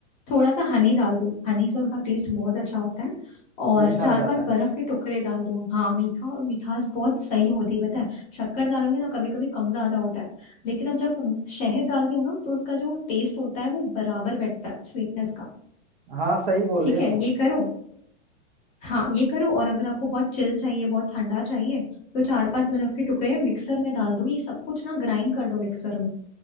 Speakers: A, on the left; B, on the right.
A: थोड़ा सा हनी डाल दो हनी से उसका टेस्ट बहुत अच्छा होता है और
B: मीठा
A: चार
B: हो जाता
A: पांच
B: है
A: बर्फ के टुकड़े डाल दो हाँ मीठा और मिठास बहुत सही होती है पता है शक्कर डालोगे ना कभी कभी कम ज्यादा होता है लेकिन अब जब शहद डालते हो ना तो उसका जो टेस्ट होता है वो बराबर बैठता है स्वीटनेस का
B: हाँ सही बोल
A: ठीक
B: रही हो
A: है
B: तुम
A: ये करो हाँ ये करो और अगर आपको बहुत चिल चाहिए बहुत ठंडा चाहिए तो चार पांच बर्फ के टुकड़े मिक्सर में डाल दो ये सब कुछ ना ग्राइंड कर दो मिक्सर में